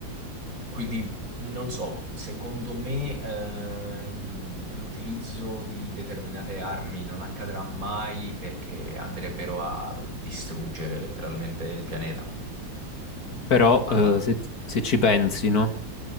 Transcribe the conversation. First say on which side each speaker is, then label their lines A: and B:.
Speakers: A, on the right; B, on the left.
A: Quindi non so, secondo me ehm, l'utilizzo di determinate armi non accadrà mai perché andrebbero a distruggere letteralmente il pianeta.
B: però
A: Andando.
B: eh, se, se ci pensi, no?